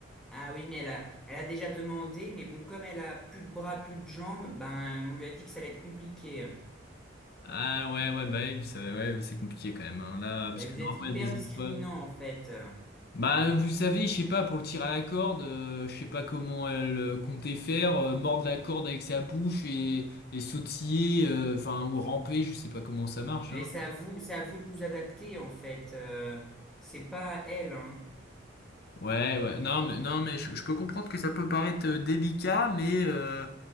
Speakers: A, in the centre; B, on the left.
A: Ah oui, mais elle a, elle a déjà demandé, mais bon, comme elle a plus de bras, plus de jambes, ben on lui a dit que ça allait être compliqué.
B: Ah ouais, ouais, bah oui, ça- ouais, ouais, c'est compliqué quand même. hein. Là, parce
A: Ben
B: que
A: vous
B: normalement,
A: êtes hyper
B: il y a
A: discriminant
B: des épreuves.
A: en fait.
B: Bah, vous savez, je sais pas, pour le tir à la corde, euh, je sais pas comment elle euh, comptait faire, euh, mordre la corde avec sa bouche et, et sautiller, euh, enfin, ou ramper, je sais pas comment ça marche,
A: Et
B: hein.
A: c'est à vous, c'est à vous de vous adapter en fait. Euh, c'est pas à elle, hein.
B: Ouais, ouais, non, mais, non, mais je, je peux comprendre que ça peut paraître euh, délicat, mais euh,